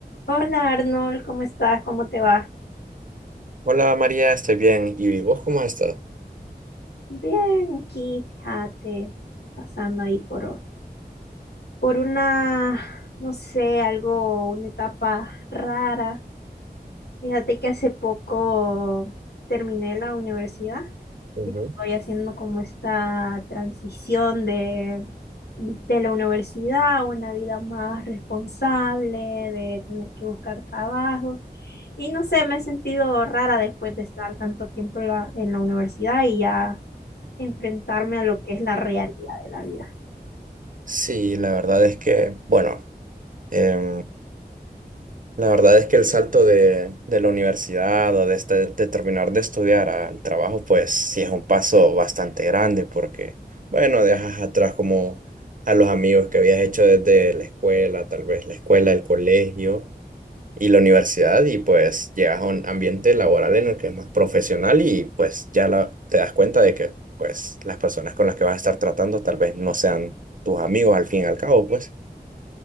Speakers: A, on the left (about 80°); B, on the right (about 55°).
A: Hola Arnold, ¿cómo estás? ¿Cómo te va?
B: Hola María, estoy bien. ¿Y vos cómo estás?
A: Bien, aquí, fíjate, pasando ahí por, por una, no sé, algo, una etapa rara. Fíjate que hace poco terminé la universidad
B: Ujú.
A: y estoy haciendo como esta transición de, de la universidad a una vida más responsable, de tener que buscar trabajo. Y no sé, me he sentido rara después de estar tanto tiempo en la, en la universidad y ya enfrentarme a lo que es la realidad de la vida.
B: Sí, la verdad es que, bueno, em, la verdad es que el salto de, de la universidad o de, este- de terminar de estudiar al trabajo, pues sí es un paso bastante grande porque, bueno, dejas atrás como a los amigos que habías hecho desde la escuela, tal vez la escuela, el colegio. y la universidad y pues llegas a un ambiente laboral en el que es más profesional y pues ya la- te das cuenta de que pues las personas con las que vas a estar tratando tal vez no sean tus amigos al fin y al cabo, pues.